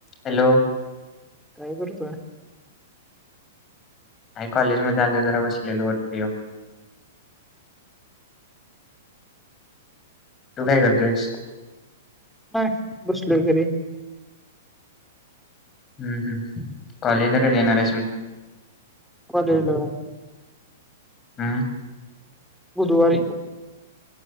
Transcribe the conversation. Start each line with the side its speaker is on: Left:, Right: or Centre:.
Left: हॅलो
Centre: काय करतोय
Left: आणि कॉलेज मध्ये आलं जरा बसलेल होटते तू काय करतेयस
Centre: नाही बसलो घरी
Left: हम्म हम्म कॉलेजला का येणार आहेस मग
Centre: होलेल
Left: हम्म
Centre: बुधवारी